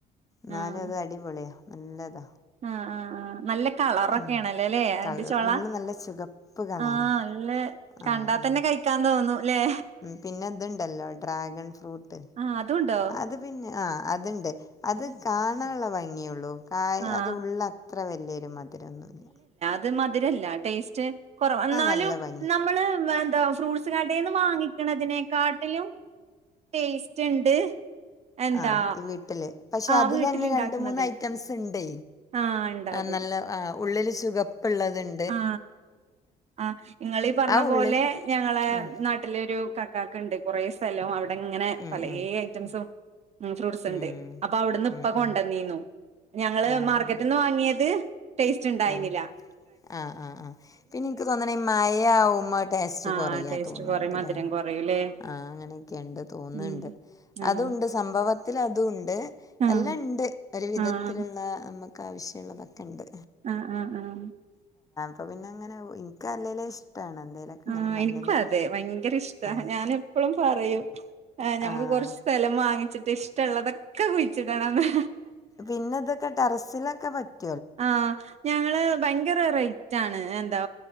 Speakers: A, on the left; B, on the right.
A: ന്നാലു
B: ആഹ്
A: അത് അടിപൊളിയാ നല്ലതാ
B: ആഹ് ആഹ് നല്ല കളറൊക്കെയാണല്ലേ
A: ഉം
B: ല്ലേ അതിന്റെ
A: തൾ
B: ചൊള
A: ഉള്ള് നല്ല ചുകപ്പ് കളറാ
B: ആഹ് നല്ല
A: ആ
B: കണ്ടാ
A: ആ
B: തന്നെ കഴിക്കാൻ തോന്നും ല്ലേ
A: പിന്നെ ഇതുണ്ടല്ലോ ഡ്രാഗൺ ഫ്രൂട്ട്
B: ആഹ് അതുണ്ടോ
A: അത് പിന്നെ ആ അതുണ്ട് അത് കാണാനുള്ള ഭംഗിയള്ളൂ കായ്
B: ആഹ്
A: അത് ഉള്ള അത്ര വലിയൊരു മതി തിരൊന്നുമില്ല
B: ത് മധുര ഇല്ല ടേസ്റ്റ് കുറവാ എന്നാലും
A: നല്ല ഭംഗിയ
B: നമ്മൾ എന്തുവാ ഫ്രൂട്ട് കടെന്നു വാങ്ങിക്കണതിനെക്കാട്ടിലും ടേസ്റ്റ് ഉണ്ട് എന്താ
A: ആഹ ഈ വീട്ടില് പക്ഷെ
B: ആഹ്
A: അതിൽതന്നെ
B: വീട്ടിലുണ്ടാക്കുന്നതിന്
A: രണ്ട് മൂന്ന് ഐറ്റംസ് ഉണ്ട്
B: ആഹ് ഉണ്ടാവും
A: നല്ല ഉള്ളിൽ സുഖപ്പ ഉള്ളതുണ്ട്
B: ആ ആ് ഇങ്ങളീ പറഞ്ഞ
A: ആ ഉള്ളില്
B: പോലെ ഞങ്ങളെ
A: ആഹ്
B: നാട്ടിലെ ഒരു കക്ക ണ്ട് കുറേ സ്ഥലവും അടെ ഇങ്ങനെ
A: ഉം
B: പല
A: ഉം
B: ഐറ്റംസും
A: ഉം
B: ഫ്രൂട്ട്സ്
A: ഉം
B: ഉണ്ട് അപ്പൊ അവിടുന്ന്
A: ഉം
B: ഇപ്പൊ കൊണ്ടന്നീന്നു
A: ഉം
B: ഞങ്ങള്
A: ആഹ്
B: മാർക്കറ്റ് നിന്ന് വാങ്ങിയത് ടേസ്റ്റ് ഉണ്ടായിന്നില്ല
A: ആഹ് ആഹ് ആഹ് ആഹ് പിന്നെ എനിക്ക് തോന്നണ മഴ ആവ്പ ടേസ്റ്റ്
B: ആഹ്
A: കൊറയാ
B: ടേസ്റ്റ്
A: തോന്നുന്നുണ്ട്ല്ലേ
B: കൊറയും മധുരം കൊറയുംല്ലേ
A: ആഹ അങ്ങനെയൊക്കെയുണ്ട് തോന്നുന്നുണ്ട്
B: ഉം ആഹ്
A: അതണ്ട് സംഭവത്തി അതും ഉണ്ട്
B: ആഹ്
A: എല്ലാം ഉണ്ട് ഒരു വിധത്തിലുള്ള
B: ആഹ്
A: നമുക്ക് ആവശ്യമുള്ള ബക്ക ഉണ്ട്
B: ആഹ ആഹ ആഹ
A: അപ്പ പിന്നെ അങ്ങനെ എനിക്ക് അല്ലേലും ഇഷ്ടമാണ് എന്തേലൊക്കെ ഇങ്ങനെ
B: ആഹ
A: മണ്ണില്
B: എനിക്കും അതെ ഭയങ്കര ഇഷ്ടാ
A: ആഹ്
B: ഞാൻ എപ്പോളും പറയും ആ ഞമുക്ക്
A: ആഹ്
B: കുറച്ച് സ്ഥലം വാങ്ങിച്ചിട്ട് ഇഷ്ടള്ളതൊക്കെ കുഴിച്ചിടണ്ന്ന്
A: പിന്നെ ഇതൊക്കെ ടെറസിലൊ ക്കെ പറ്റും
B: ആഹ ഞങ്ങള് ഭയങ്കര റേറ്റ് ആണ് എന്താ